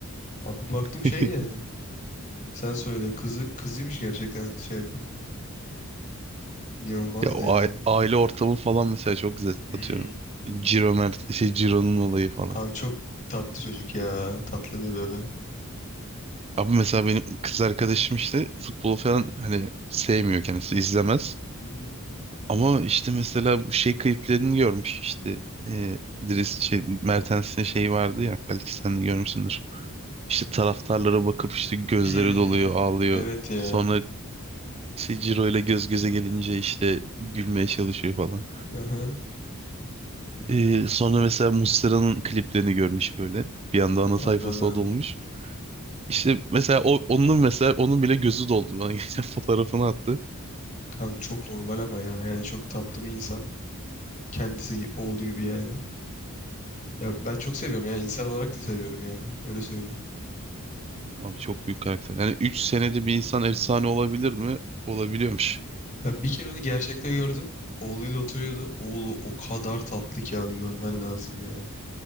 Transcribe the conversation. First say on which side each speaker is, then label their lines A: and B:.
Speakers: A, on the left; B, on the right.
A: Abi baktım şey
B: <laughs>
A: yani. Sen söyle kızı kızıymış gerçekten şey yapan. İnanılmazdı
B: Ya o
A: ya.
B: ai- aile ortamı falan mesela çok güzel.
A: Hmm.
B: Atıyorum Ciro Mert şey Ciro'nun olayı falan.
A: Abi çok tatlı çocuk ya. Tatlı bir bebe.
B: Abi mesela benim kız arkadaşım işte futbolu falan hani sevmiyor kendisi izlemez.
A: hı.
B: Ama işte mesela bu şey kliplerini görmüş işte e, Dries şey Mertens'in şeyi vardı ya belki sen de görmüşsündür. İşte taraftarlara bakıp işte gözleri
A: Hı.
B: doluyor ağlıyor.
A: <laughs> Evet ya.
B: Sonra işte Ciro ile göz göze gelince işte gülmeye çalışıyor falan.
A: Hı hı.
B: E, sonra mesela Muslera'nın kliplerini görmüş böyle. Bir anda ana
A: Anladım.
B: sayfası o dolmuş. İşte mesela o, onun mesela onun bile gözü doldu. Bana <laughs> geçen fotoğrafını attı.
A: Kanka çok normal ama ya. Yani çok tatlı bir insan. Kendisi gibi, oğlu gibi yani. Ya ben çok seviyorum ya. insan olarak da seviyorum yani. Öyle söyleyeyim.
B: Abi çok büyük karakter. Yani 3 senede bir insan efsane olabilir mi? Olabiliyormuş.
A: Ben bir kere onu gerçekte gördüm. Oğluyla oturuyordu. Oğlu o kadar tatlı ki abi görmen lazım ya.